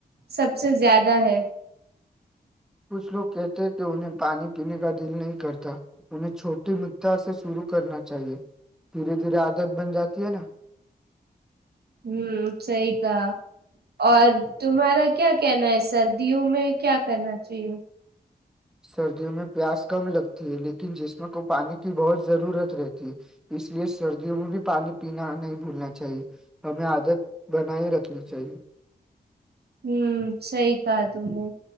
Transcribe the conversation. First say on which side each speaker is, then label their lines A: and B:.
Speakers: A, on the right; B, in the centre.
A: سب سے زیادہ ہے
B: کچھ لوگ کہتے ہیں کہ انہیں پانی پینے کا دل نہیں کرتا انہیں چھوٹی مقدار سے شروع کرنا چاہیے دھیرے دھیرے آج مدد بن جاتی ہے نا
A: ہوں صحیح کہا اور تمہارا کیا کہنا ہے سردیوں میں کیا کرنا چاہیے
B: سردیوں میں پیاس کم لگتی ہے لیکن جسم کو پانی کی بہت ضرورت رہتی ت اس لیے سر بھی پانی پینا نہیں بھولنا چاہیے ہمیں عادت بنائے رکھنی چاہیے
A: ہوں صحیح کہا تم نے